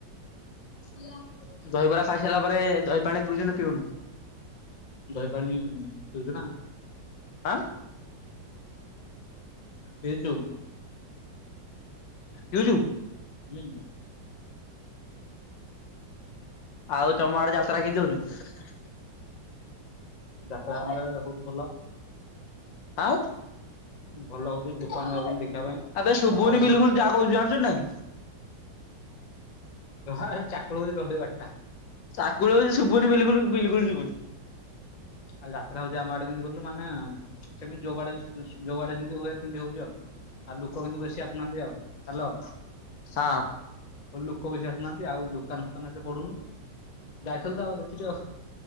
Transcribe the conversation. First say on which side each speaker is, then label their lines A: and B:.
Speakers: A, on the left; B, on the left.
A: <inaudible>
B: ଦହିବରା ଖାଇସାରିଲା ପରେ ଦହି ପାଣି ପିଉଚୁ ନା ପିଉନୁ?
A: ଦହି ପାଣି ପିଉଚି ନା।
B: ଆଁ?
A: ପିଇଚୁ?
B: ପିଉଚୁ?
A: ହୁଁ।
B: ଆଉ ତମ ଆଡ଼େ ଯାତ୍ରା କେମିତି ହଉଚି?
A: ଯାତ୍ରା ଆମର ହଉଛି ଭଲ।
B: ଆଁ
A: ଭଲ ହଉଛି ଦୋକାନୀ ଯାଉ <unintelligible> ଦେଖିବା ପାଇଁ
B: ଆବେ ଶୁଭୁନି
A: ଆଉ
B: ବିଲକୁଲ ଯାହା କହୁଛି ଜାଣିଛୁ ନାଇଁ
A: ଜମା ହେ ଚାକୁଳ ହଉଛି ତଣ୍ଟିର <unintelligible> ଟା
B: ଚାକୁଳ ଶୁଭୁନି ବିଲକୁଲୁ ବିଲକୁଲ୍ ଶୁଭନି।
A: ଆଉ ଯାତ୍ରା ହଉଛି ଆମ ଆଡେ କେମିତି କଲୁ ମାନେ ସେମିତି ଯୋଉ ଆଡେ ଯୋ ଆଡେ ଯେମିତି ହୁଏ ସେମିତି ହଉଛି ଆଉ। ଆଉ ଲୁକ କିନ୍ତୁ ବେଶି ଆସୁନାହାନ୍ତି ଆଉ ହାଲୋ।
B: ହଁ।
A: ଉ ଲୁକ ବେଶୀ ଆସୁନାହାନ୍ତି ଆଉ ଦୋକାନ ଫୋକାନ ଏତେ ପଡ଼ୁନି। ଯାଇଥିଲୁ ତ ଆଉ ଦେଖିଛୁ।